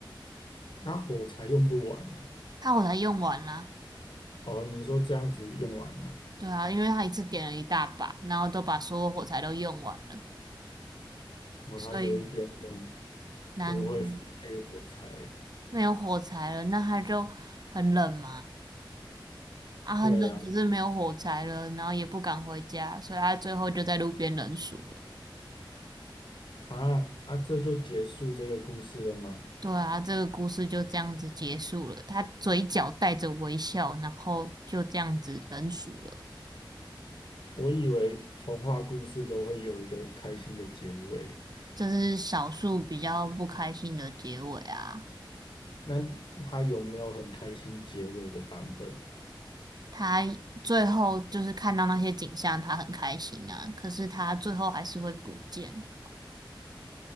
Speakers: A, on the left; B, on the right.
A: 那火柴用不完呢、
B: 他火柴用完了，
A: 哦，你说这样子用完了，
B: 对啊，因为他一次点了一大把，然后都把所有火柴都用完了，
A: 哦，
B: 所以
A: 他有一点点
B: 难过。
A: 不会分配火柴。
B: 没有火柴了，那他就很冷嘛，啊，
A: 对呀、
B: 很冷，可是没有火柴了，然后也不敢回家，所以他最后就在路边冷死了。
A: 啊，啊啊，这就结束这个故事了吗？
B: 对啊，这个故事就这样子结束了。他嘴角带着微笑，然后就这样子冷死了。
A: 我以为童话故事都会有一个开心的结尾。
B: 这是少数比较不开心的结尾啊。
A: 那他有没有很开心结尾的版本？
B: 他最后就是看到那些景象，他很开心啊，可是他最后还是会不见。